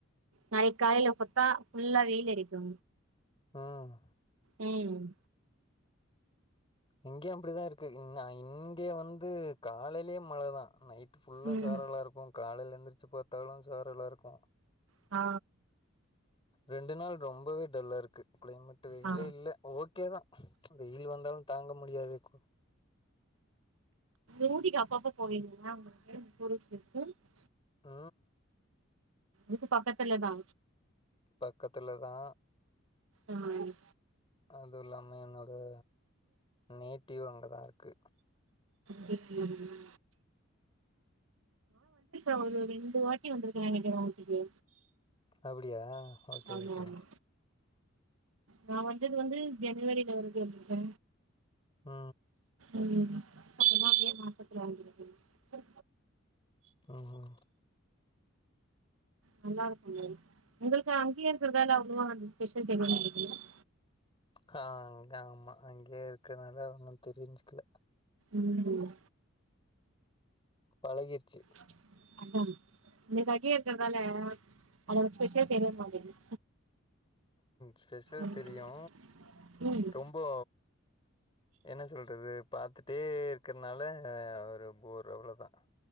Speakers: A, on the right; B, on the left.
A: நாளைக்கு காலையில பாத்தா பஃபுல்லா வெயில் அடிக்கு
B: ம்
A: ம்
B: இங்கேயு அப்டிதா இருக்கு இங்கே வந்து காலையிலியே மழதா நைட் ஃபுல்லா
A: ம்
B: சாரலா இருக்கு காலையில எந்திரிச்சு பாத்தாலு சாரலா இருக்கு
A: அ
B: ரெண்டு நாள் ரொம்பவே டல்லா இருக்கு க்ளைமேட் வெயில
A: ஆ
B: இல்ல ஓகேதா வெயில்லு வந்தாலு தாங்க முடியாதுக்கு
A: ஊட்டிக்கு அப்பப்ப போவீங்ளாங்க டூரிஸ்ட்டு ப்ளேஸ்க்கு
B: அ
A: இது பக்கத்துலதா
B: பக்கத்துலதா
A: ம்
B: அது இல்லாமே எனக்கு நேட்டிவ் அங்கதா இருக்கு
A: பேட்டில் எவ்ளோவருது ஆ ஒரு ரெண்டு வாட்டி வந்ருக்க நெனைக்குற ஊட்டிக்கு
B: அப்டியா ஓகே
A: ஆமா
B: ஓகே
A: ஆமா நா வந்தது வந்து ஜனவரியில ஒரிடு வந்ருக்கே
B: அ
A: ம் அப்பதா மே மாசத்துல வந்ருக்க
B: ம்
A: நல்லா இருக்கும் மே உங்ளுக்கு அங்கேய இருக்கர்தால அவ்ளோவா அந்த ஸ்பெஷல் <unintelligible>
B: அக்கா ங்க அங்க ஆமா அங்கேயே இருக்கனால ஒன்னு தெரிஞ்சுக்ல
A: ம்
B: பழகிர்ச்சு
A: <unintelligible> நீங்க அங்கயே இருக்றதால அதோட ஃஸ்பெஷல் தெரிய மாட்டேங்குது
B: ஸ்பெஷல்
A: ம்
B: தெரியு
A: ம்
B: ரொம்போ என்ன சொல்றது பாத்துட்டே இருக்கற்னால அவரு போரு அவ்ளோதா